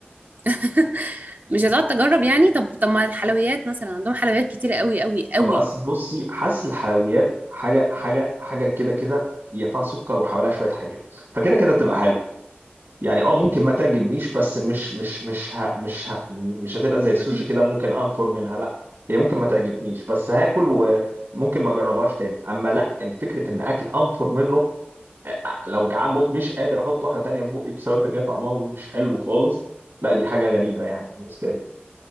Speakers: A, on the right; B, on the right.
A: <laughs> مش هتقعد تجرب يعني طب طب ما الحلويات مثلا عندهم حلويات كتيره قوي قوي قوي
B: ابقى اصل
A: يعني
B: بصي حاسس الحلويات حاجه حاجه حاجه كده كده ينفع سكر وحواليها شويه حاجات فكده كده تبقى حلو يعني اه ممكن ما تعجبنيش بس مش مش مش ه مش ه مش هتبقى زي السوشي
A: <laughs>
B: كده ممكن انفر منها لا هي ممكن ما تعجبنيش بس هاكل وممكن ما اجربهاش تاني اما لا إن فكره ان اكل انفر منه آه، لو جعان موت مش قادر احط واحده تانيه في بقي بسبب ان هي طعمها مش حلو خالص لا دي حاجه غريبه يعني بالنسبه لي